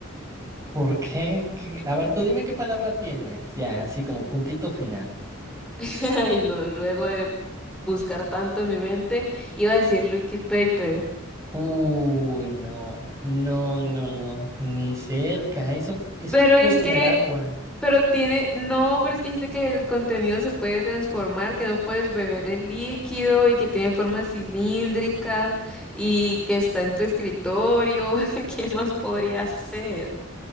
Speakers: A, on the right (about 15°); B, in the centre.
A: ¿Por qué? ¿Qué? A ver, tú dime qué palabra tienes, ya, así como puntito final.
B: <laughs> Ay, no, luego de buscar tanto en mi mente, iba a decir liquid paper.
A: Uy, no, no, no, no, ni cerca, eso, eso
B: Pero
A: no puede
B: es
A: tener
B: que,
A: agua.
B: pero tiene, no, pero es que dice que el contenido se puede transformar, que no puedes beber el líquido y que tiene forma cilíndrica y que está en tu escritorio. <laughs> ¿Qué más podría ser?